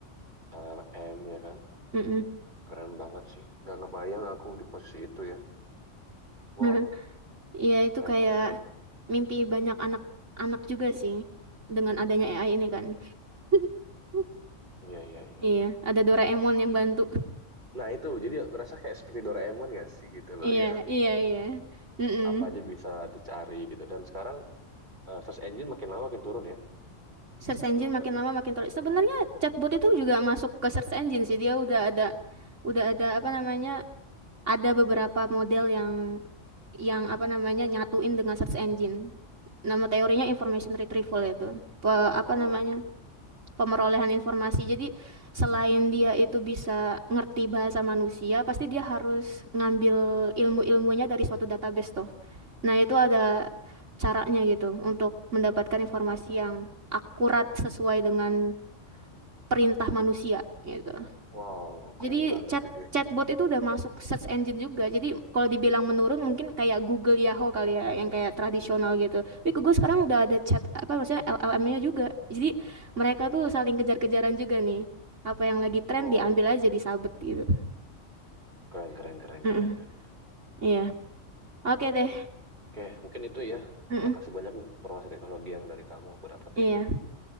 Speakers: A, on the right; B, on the right.
A: L L M ya kan.
B: Mm-mm.
A: Keren banget sih. Gak ngebayang aku di posisi itu ya. Wow,
B: <laughs> Ya itu
A: keren,
B: kayak
A: keren, keren.
B: mimpi banyak anak-anak juga sih dengan adanya AI ini kan. <laughs>
A: Iya, iya, iya.
B: Iya, ada Doraemon yang bantu.
A: Nah itu jadi rasa kayak seperti Doraemon gak sih gitu loh
B: Iya,
A: yang
B: iya, iya. Mm-mm.
A: apa aja bisa dicari gitu dan sekarang eh, search engine makin lama makin turun ya
B: Search
A: gitu
B: engine
A: loh.
B: makin
A: Search-
B: lama makin terlalu. Sebenarnya chatbot itu juga masuk ke search engine sih. Dia udah ada, udah ada apa namanya? Ada beberapa model yang yang apa namanya nyatuin dengan search engine. Nama teorinya information retrieval itu. Pe- apa
A: Oh,
B: namanya? Pemerolehan informasi. Jadi selain dia itu bisa ngerti bahasa manusia, pasti dia harus ngambil ilmu-ilmunya dari suatu database Nah, itu ada caranya gitu untuk mendapatkan informasi yang akurat sesuai dengan perintah manusia gitu.
A: wow
B: Jadi
A: keren banget
B: chat
A: itu dia.
B: chatbot itu udah masuk search engine juga. Jadi kalau dibilang menurun mungkin kayak Google Yahoo kali ya yang kayak tradisional
A: Mm.
B: gitu. Tapi Google sekarang udah ada chat apa maksudnya LLM-nya juga. Jadi mereka tuh saling kejar-kejaran juga nih. Apa yang lagi tren
A: Oh
B: diambil aja disabet gitu.
A: keren keren keren
B: Mm-mm,
A: keren keren.
B: Iya. Oke deh.
A: Oke mungkin itu ya.
B: Mm-mm,
A: Makasih banyak nih informasi teknologi yang dari kamu aku dapetin
B: Iya.
A: nih.